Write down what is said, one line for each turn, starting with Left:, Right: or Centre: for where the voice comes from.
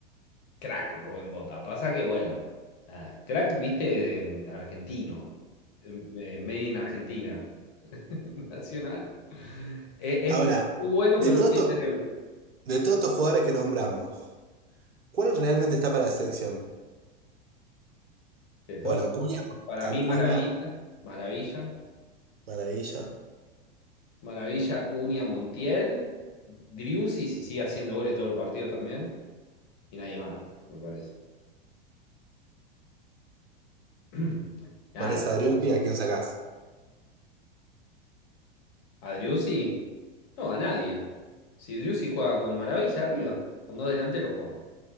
Left: crack Rubén Bota. Pasa que bueno, nada, crack, viste, em, argentino, em, eh, made in Argentina, <laughs> nacional. Eh, Este
Right: Ahora,
Left: es muy bueno,
Right: de
Left: pero
Right: todo
Left: no tiene
Right: esto-
Left: cerebro.
Right: de todos estos jugadores que nombramos, ¿cuál realmente está para la selección?
Left: De todos
Right: Bueno, Acuña,
Left: Para
Right: Acuña,
Left: mí, Maravilla, Maravilla,
Right: maravilla.
Left: Maravilla, Acuña, Montiel, Driussi, si sigue haciendo goles todos los partidos también, y nadie más, me parece. <clears throat> Nada,
Right: Ponés a Driussi, ¿a quién sacás?
Left: a Driussi, no, a nadie. Si Driussi juega con Maravilla arriba, con dos delanteros jugamos.